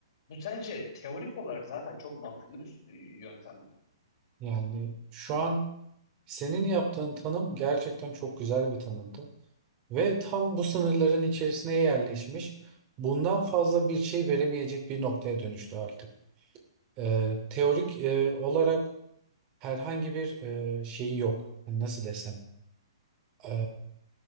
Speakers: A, on the left (about 55°); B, on the right (about 35°).
A: Bu sence teorik olarak zaten çok mantıklı bir e, yöntem mi?
B: Yani şu an senin yaptığın tanım gerçekten çok güzel bir tanımdı. Ve tam bu sınırların içerisine yerleşmiş, bundan fazla bir şey veremeyecek bir noktaya dönüştü artık. Ee, teorik e, olarak herhangi bir e, şeyi yok. Hani Nasıl desem? E,